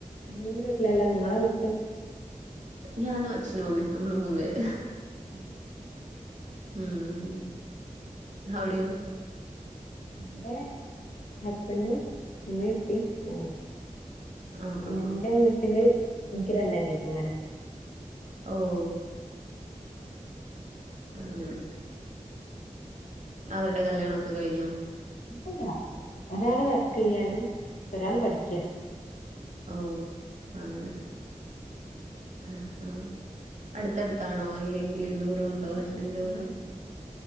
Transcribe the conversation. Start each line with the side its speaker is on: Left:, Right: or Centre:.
Left: നിങ്ങന്റെ വീട്ടിലല്ല നിങ്ങളെ വീട്ട്
Right: ഞാനും അച്ഛനും അമ്മേം നമ്മള് മൂന്ന് പേര്
Left: ആഹ്
Right: ഉം അവിടയോ
Left: ഇവടെ ഹസ്ബന്റും ഉമ്മിം ഉപ്പിം ഞാനും
Right: ആഹാ
Left: എന്റെ വീട്ടില് എനിക്ക് രണ്ടനിയത്തിമാരാ
Right: ഓഹ് അങ്ങനെ അവർടെ കല്യാണൊക്കെ കഴിഞ്ഞൂ
Left: ഇല്ലല്ലാ ഒരാള് വർക്കെയ്യാണ് ഒരാള് പഠിക്കാ
Right: ഓഹ് അങ്ങനെ
Left: ഉം
Right: ആഹ് അടുത്തടുത്താണോ അല്ലെങ്കില് ദൂരഉണ്ടോ
Left: അല്ലല്ല
Right: ഹസ്ബന്റെ
Left: ദൂരണ്ട്
Right: വീട്